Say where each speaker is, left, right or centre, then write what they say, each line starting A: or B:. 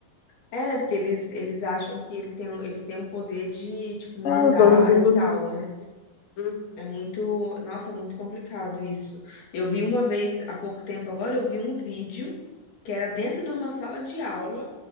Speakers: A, on the left (about 85°); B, on the left (about 65°).
A: É, né, porque eles, eles acham que ele tem, eles têm o poder de, tipo, mandar
B: É o dono do
A: e
B: mundo.
A: tal, né?
B: Uhum,
A: É muito, nossa, é muito complicado isso. Eu vi uma vez, há pouco tempo agora, eu vi um vídeo que era dentro de uma sala de aula,